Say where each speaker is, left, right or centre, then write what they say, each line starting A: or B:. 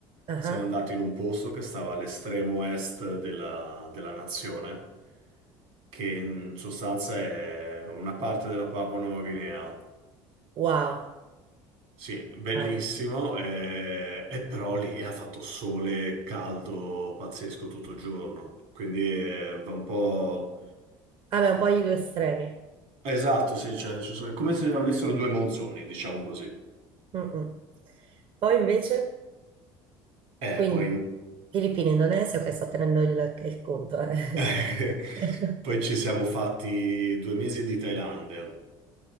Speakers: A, on the right; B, on the right.
A: Ah,
B: siamo andati in un posto che stava all'estremo est della, della nazione, che in sostanza è una parte della Papua Nuova Guinea.
A: Wow.
B: Sì, bellissimo,
A: Eh,
B: eh, e però lì ha fatto sole caldo pazzesco tutto il giorno, quindi eh, va un po'...
A: Vabbè, un po' gli due estremi.
B: Esatto, sì, cioè, ci sono- è come se avessero due monzoni, diciamo così.
A: Mm, mm. Poi invece...
B: Eh,
A: Quindi
B: poi...
A: Filippine, Indonesia, ok, sto tenendo il, il conto. eh.
B: <laughs>
A: <laughs>
B: poi ci siamo fatti due mesi di Thailandia,